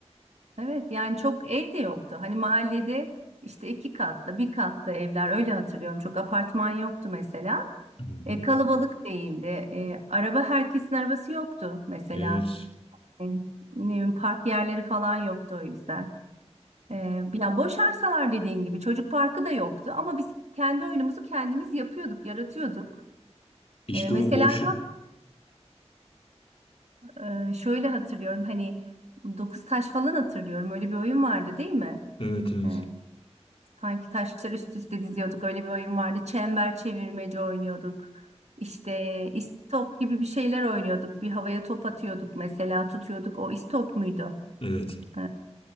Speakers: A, on the right (about 75°); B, on the left (about 55°).
A: evet yani çok ev de yoktu. Hani mahallede işte iki katlı, bir katlı evler öyle hatırlıyorum. Çok apartman yoktu mesela.
B: Hı hı.
A: E, kalabalık değildi. E, araba herkesin arabası yoktu mesela.
B: Evet.
A: E, ne bileyim, park yerleri falan yoktu o yüzden. E, ya boş arsalar dediğin gibi çocuk parkı da yoktu ama biz kendi oyunumuzu kendimiz yapıyorduk, yaratıyorduk.
B: İşte
A: E, mesela
B: o boş...
A: Ee, şöyle hatırlıyorum hani dokuz taş falan hatırlıyorum. Öyle bir oyun vardı değil mi?
B: Evet, evet.
A: Ee, sanki taşlar üst üste diziyorduk. Öyle bir oyun vardı. Çember çevirmece oynuyorduk. İşte istop gibi bir şeyler oynuyorduk. Bir havaya top atıyorduk mesela tutuyorduk. O istop muydu?
B: Evet.
A: Ee,